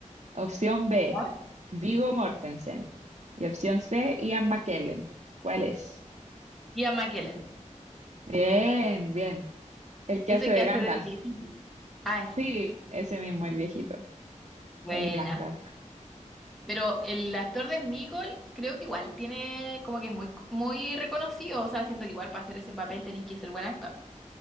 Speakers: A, on the right; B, in the centre.
A: Opción B,
B: ¿Ah?
A: Viggo Mortensen. Y opción C, Ian McKellen. ¿Cuál es?
B: Y a McKellen.
A: Bien, bien. El
B: Ese
A: que hace de
B: que hace
A: Gandalf.
B: del viejito. Ah, ese.
A: Sí, ese mismo, el viejito.
B: Buena.
A: El Gandalf.
B: Pero el actor de Meagle creo que igual tiene como que es muy, muy reconocido. O sea, siento que igual para hacer ese papel tenéis que ser buen actor.